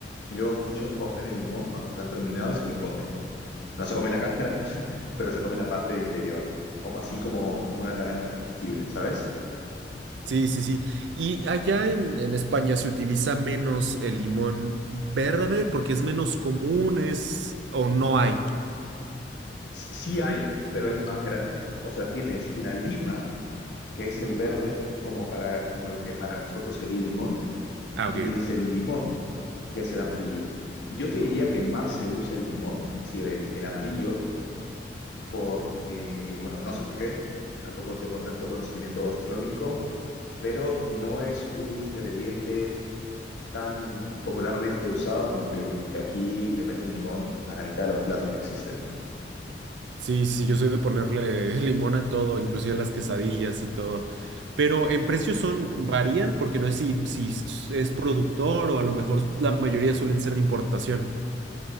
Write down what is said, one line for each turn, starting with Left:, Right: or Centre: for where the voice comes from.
Left: y luego muchos cogen el limón cuando se lo han terminado y se lo comen. No se come la cáscara, pero se come la parte del interior, como así como, como una naranja comestible, ¿sabes?
Right: Sí, sí, sí. Y allá en, en España se utiliza menos el limón verde porque es menos común, es o no hay.
Left: s- sí hay, pero es más grande. O sea, tienes la lima, que es el verde, como, para, como lo que para nosotros sería el limón,
Right: Ah, ok,
Left: y tienes
Right: ok.
Left: el limón, que es el amarillo. Yo te diría que más se usa el limón, es decir, el, el amarillo, porque, bueno, no sé por qué, tampoco tengo tanto conocimiento gastronómico, pero no es un ingrediente tan popularmente usado como en Perú, que aquí le meten limón a la mitad de los platos que existen.
Right: Sí, sí, sí, yo soy de ponerle <laughs> limón a todo, inclusive a las quesadillas y todo. Pero en precios son, varían porque no es si, si es productor o a lo mejor la mayoría suelen ser de importación.